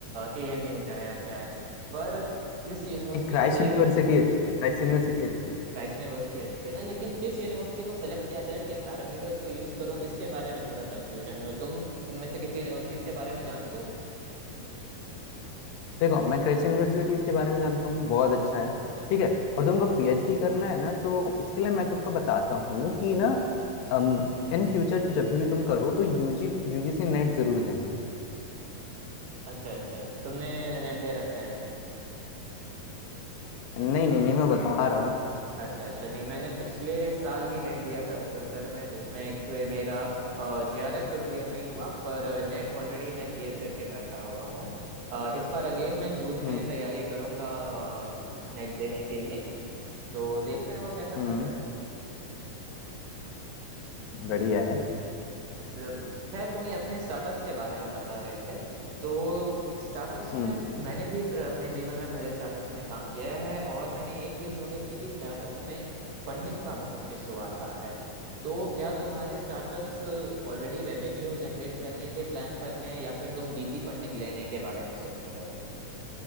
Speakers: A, on the right (about 70°); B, on the left (about 85°).
A: एएमयू जाया जाए पर किस यूनिवर्सिटी
B: क्राइस्ट
A: को सेलेक्ट
B: यूनिवर्सिटी अच्छी है क्राइस्ट यूनिवर्सिटी अच्छी है
A: क्राइस्ट यूनिवर्सिटी अच्छी है ना लेकिन किस यूनिवर्सिटी को सेलेक्ट किया जाए किन पैरामीटर्स को यूज करूँ इसके बारे में थोड़ा कंफ्यूजन में हो तुम इनमें से किसी यूनिवर्सिटीज के बारे में जानते हो
B: देखो मैं कृषि यूनिवर्सिटी इसके बारे में जानता हूँ बहुत अच्छा है ठीक है और तुमको पीएचडी करना है ना तो उसके लिए मैं तुमको बताता हूँ कि ना इन फ्यूचर जब भी तुम करो तो यूजी यूजीसी नेट जरूर देना
A: अच्छा अच्छा तुमने नेट दे रखा है क्या
B: नहीं नहीं नहीं मैं बता रहा हूँ
A: अच्छा अच्छा नहीं मैंने पिछले साल ही नेट दिया था दिसंबर में जिसमें एक वे मेरा जेआरएफ तो क्लियर नहीं हुआ पर नेट ऑलरेडी मैं क्लियर करके बैठा हुआ हूँ अ, इस बार अगेन मैं जून में
B: हम्म
A: तैयारी करूंगा नेट देने के लिए तो देखते हैं वो कैसा चाहता
B: हम्म
A: है
B: बढ़िया है
A: अच्छा खैर तुम ये अपने स्टार्टअप्स के बारे में बता रहे थे तो स्टार्टअप्स में
B: हम्म
A: मैंने भी अपने जीवन में पहले स्टार्टअप्स में काम किया है और मैंने एक चीज नोटिस की कि स्टार्टअप्स में फंडिंग का बहुत इशू आता है तो क्या तुम्हारे स्टार्टअप्स ऑलरेडी रेवेन्यू जनरेट करने के प्लान पर हैं या फिर तुम वीसी फंडिंग लेने के बारे में सोच रहे हो